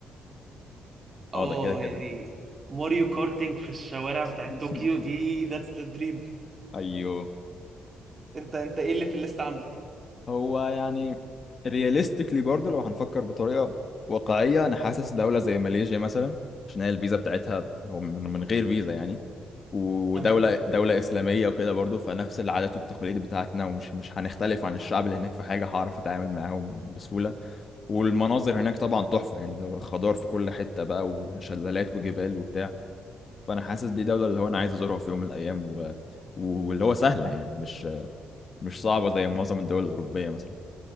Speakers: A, on the right; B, on the left.
A: اه
B: اه ده كده كده
A: يعني ماريو كارتينج في الشوارع بتاعت
B: <laughs>
A: طوكيو دي ذاتس ذا دريم
B: ايوه
A: انت انت ايه اللي في الليست عندك
B: هو يعني رياليستيكلي برضه لو هنفكر بطريقه واقعيه انا حاسس دوله زي ماليزيا مثلا عشان هي الفيزا بتاعتها هو من من غير فيزا يعني ودوله
A: تمام
B: دوله اسلاميه وكده برضه فنفس العادات والتقاليد بتاعتنا ومش مش هنختلف عن الشعب اللي هناك في حاجه هعرف اتعامل معاهم بسهوله والمناظر هناك طبعا تحفه يعني ده خضار في كل حته بقى وشلالات وجبال وبتاع فانا حاسس دي دوله اللي هو انا عايز ازورها في يوم من الايام و... واللي هو سهله يعني مش مش صعبة زي معظم الدول الأوروبية مثلا